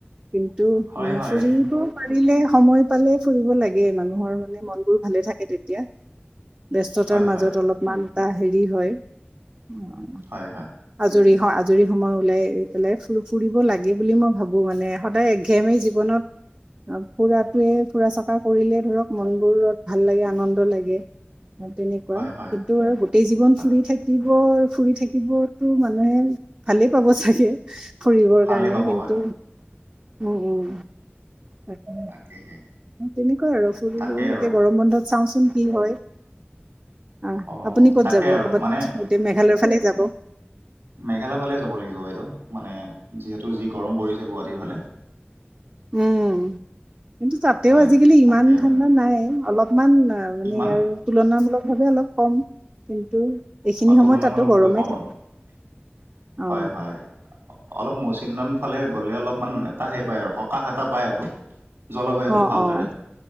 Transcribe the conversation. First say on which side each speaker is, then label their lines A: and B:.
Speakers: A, on the right; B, on the right.
A: কিন্তু
B: হয়, হয়।
A: ফুৰিব। পাৰিলে সময় পালে ফুৰিব লাগে মানুহৰ মানে মন বোৰ ভালে থাকে তেতিয়া। বস্ততাৰ
B: হয়,
A: মাজত
B: হয়,
A: অলপমান এটা হেৰি হয়।
B: হয়- হয়।
A: আজৰি হওঁ আজৰি সময় ওলাই পেলাই ফু- ফুৰিব লাগে বুলি মই ভাবো মানে সদায়। কেমেই জীৱনত। ফুৰাটোৱে ফুৰা চকা কৰিলে ধৰক মন বোৰ ভাল লাগে আনন্দ লাগে। তেনেকুৱা
B: হয়, হয়,
A: কিন্তু আৰু গোটেই জীৱন
B: হয়
A: ফুৰি থাকিব ফুৰি থাকিব। তো মানুহে ভালেই পাব চাগে ফুৰিবৰ
B: ভালেই
A: কাৰণে
B: পাব
A: কিন্তু।
B: হয়।
A: উম- উম উ। তাকে হে <unintelligible>
B: তাকেহে।
A: তেনেকুৱা আৰু এতিয়া
B: তাকে আৰু
A: গৰম বন্ধত চাওঁচোন কি হয়। আহ
B: অ',
A: আপুনি ক'ত
B: তাকে
A: যাব
B: আৰু
A: ক'বাত
B: মানে
A: এতি মেঘালয়ৰ ফালে যাব।
B: মেঘালয় ফালে যাব লাগিব বাইদেউ মানে যিহেতু যি গৰম পৰিছে গুৱাহাটীৰ ফালে।
A: উম কিন্তু তাতেও
B: হয়
A: আজিকালি
B: তাকে
A: ইমান
B: আৰু
A: ঠাণ্ডা নাই অলপমান। মানে
B: ইমান
A: ইয়াৰ তুলনামূলক ভাৱে অলপ কম কিন্তু। এইখিনি
B: অ' তুলনামূলক
A: সময়ত তাতো গৰমে
B: ভাৱে কম
A: থাকে
B: আৰু
A: অ
B: হয়- হয়। অলপ মৌচিমৰম ফালে গ'লে অলপমান এটা সেই পায় আৰু সকাহ এটা পায় আৰু। <inaudible> জলবায়ুটো
A: অ'
B: ভালদৰে
A: অ'